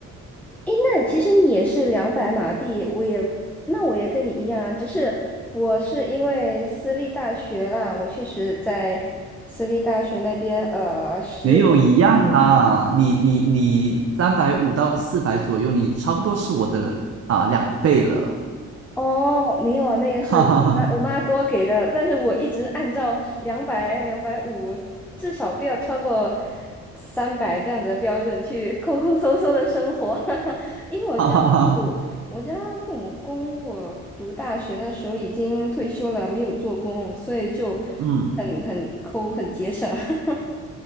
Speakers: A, in the centre; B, on the right.
A: 诶，那其实你也是两百马币，我也，那我也跟你一样啊，只是我是因为私立大学啦，我确实在私立大学那边，呃，实务。
B: 没有一样啦，你你你三百五到四百左右，你差不多是我的啊、两倍了，
A: 哦，没有啊，那个是我妈我妈多给的，
B: <laughs> 哈哈哈，
A: 但是我一直按照两百、两百五，至少不要超过三百这样子的标准去 <laughs> 抠抠搜搜的生活。<laughs> 因为我家父母，
B: 哈哈哈哈，
A: 我家父母供我读大学那时候已经退休了，没有做工，所以就
B: 嗯，
A: 很很抠，很节省。<laughs>